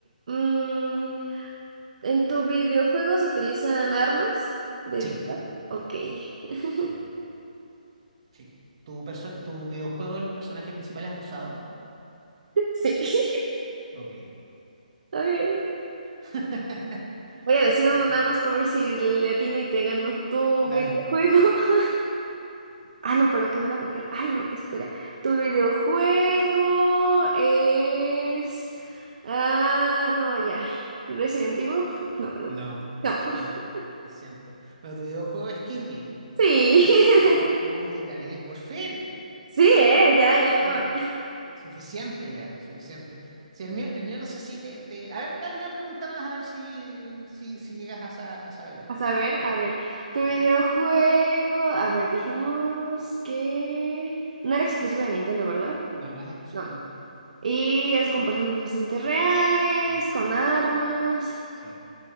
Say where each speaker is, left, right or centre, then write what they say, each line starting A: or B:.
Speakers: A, on the right; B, on the right.
A: Mm, ¿en tu videojuego se utilizan armas de
B: Sí,
A: disparo? Ok. <laughs>
B: Sí. sí. Tu, perso- tu videojuego, el personaje principal es rosado.
A: Sí.
B: Ok.
A: Ok.
B: <laughs>
A: Voy a decir
B: Ok.
A: uno nada más para ver si le atino y te gano. ¿Tu
B: Dale.
A: videojuego? <laughs> Ah, no, pero que no era mujer. Ay, no, espera. ¿Tu videojuego es... Ah, no, ya. ¿Resident Evil? <laughs> No, ¿verdad?
B: No,
A: No. <laughs>
B: no, lo siento. Bueno, tu videojuego es Kirby.
A: Sí.
B: Perfecto,
A: <laughs>
B: muy bien, gané. Por fin.
A: Sí,
B: Sí,
A: ¿eh? Ya, ya era
B: sí.
A: hora.
B: Suficiente ya, suficiente. Si el mío, el mío no sé si te, te- A ver, dale una pregunta más a ver si, si, si llegas a, sa- a saber o no.
A: A saber, a ver, tu
B: Sí.
A: videojuego, a ver, dijimos que no era exclusivo de Nintendo, ¿verdad?
B: No, no es exclusivo
A: No.
B: de Nintendo.
A: Y es con personas bastante reales,
B: Sí.
A: con armas.
B: sí.